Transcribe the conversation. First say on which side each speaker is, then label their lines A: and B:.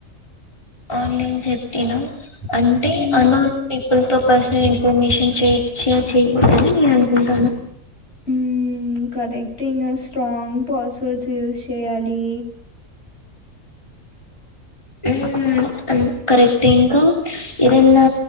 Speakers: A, on the left; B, on the left.
A: ఆన్లైన్ సేఫ్టీనా అంటే
B: హ్మ్.
A: అన్నోన్ పీపుల్‌తో పర్సనల్ ఇన్ఫర్మేషన్ చే షేర్ చేయకూడదాని నేను అనుకుంటాన్న
B: ఉమ్మ్ కరెక్టే ఇంగ స్ట్రాంగ్ పాస్వర్డ్స్ యూస్ చేయాలి
A: ఉమ్మ్ కరెక్ట్ ఇంకా ఏదనా